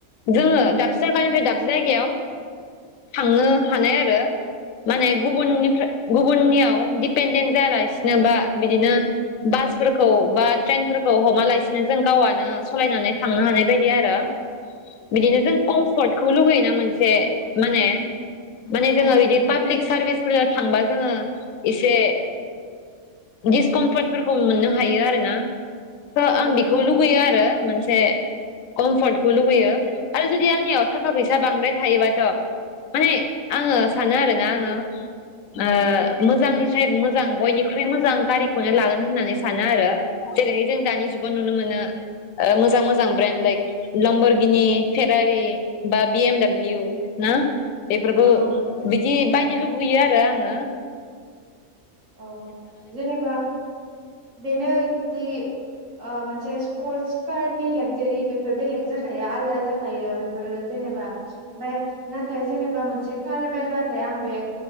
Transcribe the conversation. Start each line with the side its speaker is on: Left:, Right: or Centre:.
Left: जोङो दाबसे जायगानिफ्राय दाबसे जायगायाव थाङो हानाय
Right: मानसि
Left: आरो माने गुबुननिफ्राय गुबुननियाव दिडपेन्डेन्ट जायालासिनो बा बिदिनो बासफोरखौ बा ट्रेनफोरखौ हमा लासिनो जों गावआनो सालायनानै थांनो हानाय बायदि आरो बिदिनो जों कमफर्टखौ लुगैयो ना मोनसे माने माने
Right: औ
Left: जोङो बिदि
Right: नंगौ
Left: पाब्लिक सारभिसफोर थांबा जोङो एसे दिस कमफर्टफोरखौ मोननो हायो आरोना ओ
Right: औ
Left: आं बेखौ
Right: नंगौ
Left: लुुबैयो आरो मोनसे कम्फर्टखौ लुुबैयो आरो जुदि आंनियाव थाखा फैसा बांद्राय थायोबाथ' माने आङो सानो आरो ना आङो ओ मोजांनिफ्राय मोजां बयनिख्रुय मोजां गारिखौनो लागोन होननानै सानोआरो जेरैहाय जों दानि जुगाव नुनो मोनो ओ मोजां मोजां ब्रेन्ड लाइक लम्बरगिनि फेरारि बा बिएमडाब्लिउ ना बेफोरखौ
Right: औ नंगौ
Left: बिदि बायनो लुबैयोआरो आं ङो
Right: औ जेनेबा बेनो जदि ओ मोनसे स्पर्टस कारनि लागजारि बेफोर बेलेग जाखायो आलदा जाखायो बेफोरो जेनेबा ओमफ्राय नाथाय जेनेबा मोनसे कार बायबाथाय आं बे